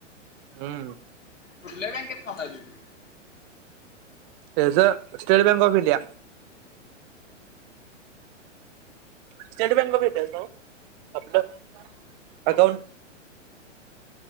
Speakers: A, on the right (about 40°); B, on the left (about 80°).
A: हम्म.
B: कुठल्या बँकेत खात आहे तुझं?
A: हेज state bank of India. State bank of इंडियाच न्हवं आपलं अकॉउंट?